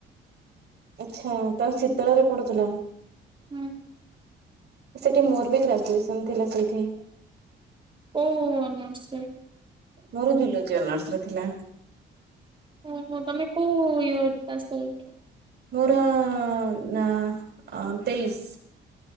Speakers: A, on the right; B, on the right.
A: ଆଚ୍ଛା, ତମେ ଚିତଳରେ ପଡୁଥିଲ?
B: ହୁଁ।
A: ସେଠି ମୋର ବି ଗ୍ରାଜୁଏସନ ଥିଲା ସେଇଠି।
B: କୋଉ ଅନର୍ଷ ରେ?
A: ମୋର ଜୁଲୋଜି ଅନର୍ସରେ ଥିଲା।
B: ହ ହଁ ତମେ କୋଉ ଇଅର ପାସ୍ ଆଉଟ୍?
A: ମୋର ନା ଆ ତେଇଶ।